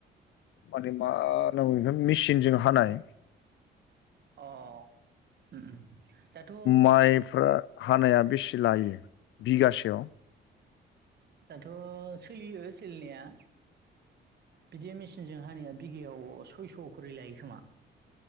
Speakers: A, on the left; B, on the right.
A: माने मा होनांगौ बेखौ मिचिनजों हानाय
B: अ उम उम दाथ'
A: माइफ्रा हानाया बेसे लायो बिगासेयाव?
B: दाथ' सोलियो सोलिनाया। बिदिया मिचिनजों हानाया बिगायाव सयस' खरै लायो खोमा।